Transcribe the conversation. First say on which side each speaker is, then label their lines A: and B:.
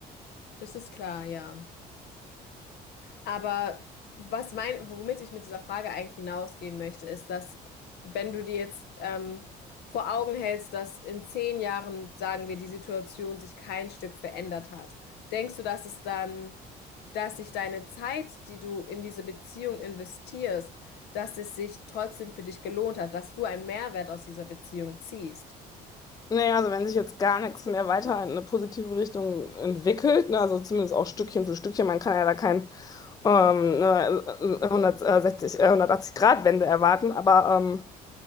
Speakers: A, on the left (about 75°); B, on the left (about 20°).
A: Das ist klar, ja. Aber was mein, womit ich mit dieser Frage eigentlich hinausgehen möchte, ist, dass wenn du dir jetzt ähm, vor Augen hältst, dass in zehn Jahren, sagen wir, die Situation sich kein Stück verändert hat, denkst du, dass es dann, dass sich deine Zeit, die du in diese Beziehung investierst, dass es sich trotzdem für dich gelohnt hat, dass du einen Mehrwert aus dieser Beziehung ziehst?
B: Naja, also wenn sich jetzt gar nichts mehr weiter in eine positive Richtung entwickelt, ne, also zumindest auch Stückchen für Stückchen, man kann ja da kein ähm, ne, 160, äh, 180-Grad-Wende erwarten, aber ähm,